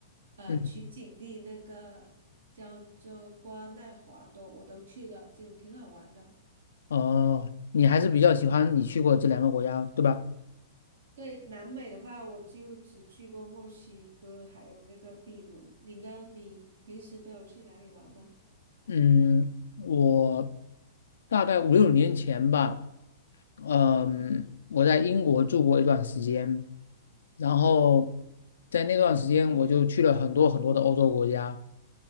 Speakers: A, on the right; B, on the left.
A: 呃取景地，
B: 嗯，
A: 那个叫做瓜纳华多，我都去了，就挺好玩的。
B: 哦，你还是比较喜欢你去过这两个国家，对吧？
A: 对，南美的话，我就只去过墨西哥，还有那个秘鲁。你呢？你平时都有去哪里玩吗？
B: 嗯，我大概五六年前吧，嗯，我在英国住过一段时间，然后在那段时间我就去了很多很多的欧洲国家，